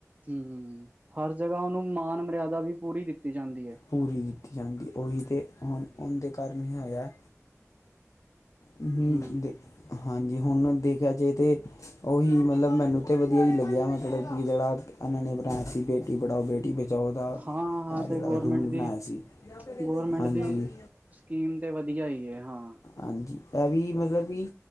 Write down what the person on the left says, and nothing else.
ਪੂਰੀ ਦਿੱਤੀ ਜਾਂਦੀ ਓਹੀ ਤੇ ਹੁਣ ਏਂਦੇ ਕਾਰਨ ਹੀ ਹੋਇਆ।
ਹੁੰ, ਹੁੰ ਦੇ ਹਾਂਜੀ ਹੁਣ ਐ ਦੇਖਿਆ ਜਏ ਤੇ ਓਹੀ ਮਤਲਬ ਮੈਨੂੰ ਤੇ ਵਧੀਆ ਈ ਲੱਗਿਆ ਮਤਲਬ ਕਿ ਜੇੜਾ ਏਨਾ ਨੇ ਬਣਾਇਆ ਸੀ ਬੇਟੀ ਪੜ੍ਹਾਓ ਬੇਟੀ ਬੇਟੀ ਬਚਾਓ ਦਾ
ਐ ਜੇੜਾ
ਰੂਲ
ਬਨਾਇਆ ਸੀ
ਹਾਂਜੀ।
ਹਾਂਜੀ, ਐ ਵੀ ਮਤਲਬ ਵੀ